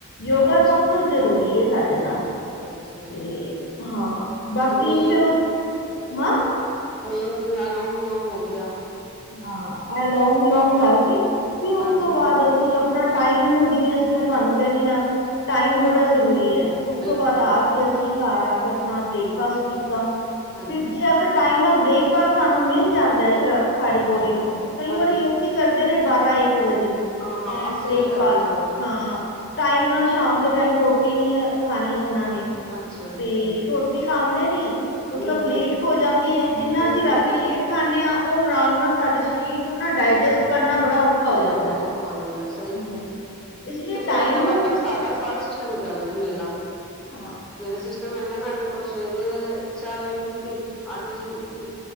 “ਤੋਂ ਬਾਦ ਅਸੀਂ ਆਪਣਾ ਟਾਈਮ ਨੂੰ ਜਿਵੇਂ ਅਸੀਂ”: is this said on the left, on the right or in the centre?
Left